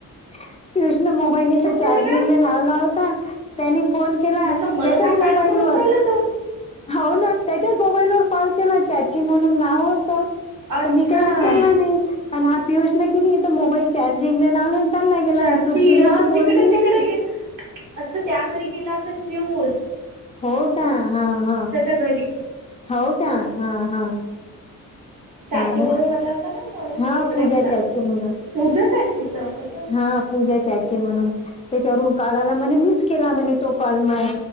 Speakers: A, on the left; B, on the right.
A: पियुष नि मोबाईल इथ चार्जिंगला
B: राहिला
A: लावला होता त्यांनी फोन केला
B: म्हटलं मला
A: त्याच्याच
B: काय मेड
A: मोबाईलवर
B: करून राहिला तो
A: हो ना त्याच्याच मोबाईलवर कॉल केला चाची म्हणून नाव होतं.
B: अच्छा
A: तर मी काय उचलला नाही. पण हा पियुष कणी इथं मोबाईल चार्जिंग लावला चालला, गेला
B: चाची
A: तू तुझ्याशी
B: हा
A: बोलली
B: तिकडे तिकडे
A: ना मी.
B: गे अच्छा, त्या घरी गेला असेल पियूस.
A: हो का हा हा
B: घरी
A: हाव का हा हा.
B: चाची
A: हा ना
B: म्हणून आला होता ना म्हणून
A: हा
B: तिकडे
A: पूजा
B: गेला
A: चाची म्हणून
B: पूजा चाचीचा होतं.
A: हा पूजाचाची म्हणून त्याच्यावरून कॉल आला म्हणे, मिच केला म्हणे तो कॉल मला.